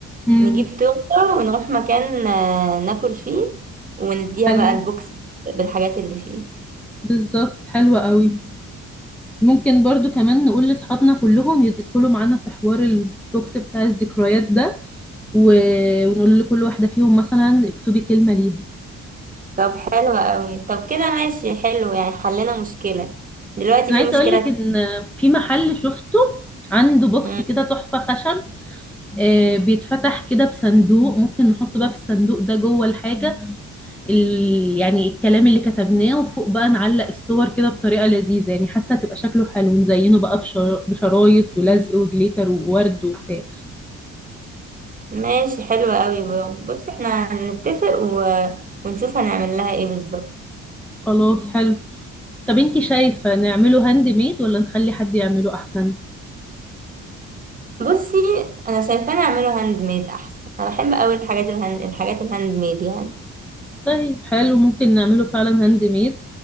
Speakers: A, in the centre; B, on the right.
A: مم.
B: نجيب تورته ونروح مكان آه، ناكل فيه ونديها
A: حلو
B: بقى البوكس بالحاجات اللي فيه
A: بالظبط حلوة قوي ممكن برضو كمان نقول لأصحابنا كلهم يدخلوا معانا في حوار البوكس بتاع الذكريات ده و... ونقول لكل واحدة فيهم مثلا اكتبي كلمة ليها
B: طب حلو قوي طب كده ماشي حلو يعني حلنا مشكلة دلوقتي
A: أنا
B: في
A: عايزة
B: مشكلة
A: أقول لك
B: تانية.
A: إن في محل شفته عنده بوكس
B: مم.
A: كده تحفة خشب آه بيتفتح كده بصندوق ممكن نحط بقى في الصندوق ده جوه الحاجة ال... يعني الكلام اللي كتبناه وفوق بقى نعلق الصور كده بطريقة لذيذة يعني حاسة تبقى شكله حلو نزينه بقى بشر... بشرايط ولزق وجليتر وورد وبتاع
B: ماشي حلو قوي برافو. بص احنا هنتفق و... ونشوف هنعمل لها ايه بالظبط
A: خلاص حلو طب انتي شايفة نعمله هاند ميد ولا نخلي حد يعمله احسن
B: بصي انا شايفة نعمله هاند ميد احسن انا بحب قوي الحاجات الهاند الحاجات الهاند ميد يعني
A: طيب حلو ممكن نعمله فعلا هاند ميد